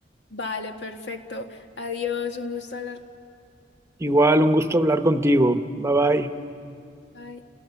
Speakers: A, on the left; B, on the right.
A: Vale, perfecto. Adiós, un gusto hablar.
B: Igual, un gusto hablar contigo. Bye bye.
A: Bye.